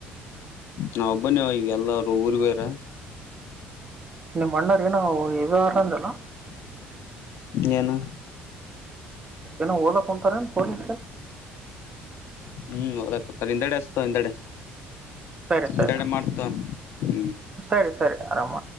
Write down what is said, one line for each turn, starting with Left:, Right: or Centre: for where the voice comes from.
Left: ನ ಒಬ್ಬನವ ಈಗ ಎಲ್ಲರು ಊರ್ ಬೇರ
Right: ಇನ್ನ ಮ್ಣಾರೆ ಏನ ಎದಾರಲ್ಲಂತಲ್ಲ
Left: ಜನು
Right: ಏನ ಓದಾ ಕೊಂತಾನ ಪಲೀ
Left: ಹ್ಮ್ ಹಓದತಾರೆ ಹಿಂದೆಡೆ ಹಸ್ತ ಹಿಂದೆಡೆ
Right: ಸರಿ
Left: ಹಿಂದೆಡೆ
Right: ಸರಿ
Left: ಮಾಡ್ತ ಹ್ಮ್
Right: ಸರಿ ಸರಿ ಆರಾಮ